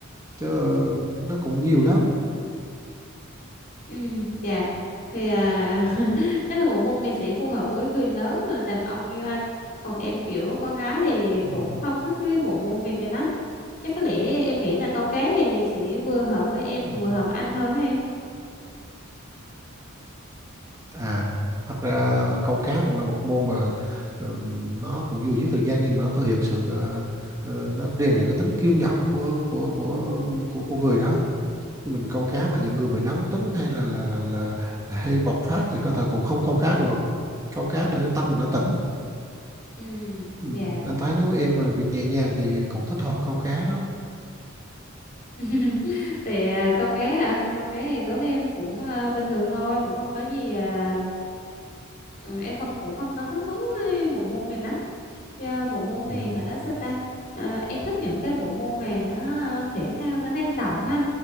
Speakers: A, on the right; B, on the left.
A: chứ nó cũng nhiều lắm
B: Ừ, dạ thì à, <laughs> chắc là bộ môn này sẽ phù hợp với người lớn à, đàn ông như anh còn em kiểu con gái thì
A: ừ.
B: cũng không thích cái bộ môn này cho lắm chắc có lẽ em nghĩ là câu cá thì sẽ vừa hợp với em
A: Ừ.
B: vừa hợp với anh hơn ấy
A: à thật ra câu cá cũng là một môn mà ừm, nó cũng vừa giết thời gian nhưng mà nó thể hiện sự ờ, ờ, nó rèn luyện cái tính kiên nhẫn của của của của con người đó Chứ mình câu cá mà những người mà nóng tính hay là là là, là hay bộc phát thì có thể cũng không câu cá được câu cá để tâm mình nó tỉnh
B: ừ
A: ừ.
B: dạ
A: anh thấy nếu em mà việc nhẹ nhàng thì cũng thích hợp với câu cá đó
B: <laughs> thì à, câu cá à câu cá thì đối với em cũng à, bình thường thôi cũng không có gì à, ừ, em không cũng không có hứng thú với bộ môn này lắm do bộ môn này
A: ừ.
B: phải nói sao ta Ờ, em thích những cái bộ môn mà nó ờ, thể thao nó năng động á anh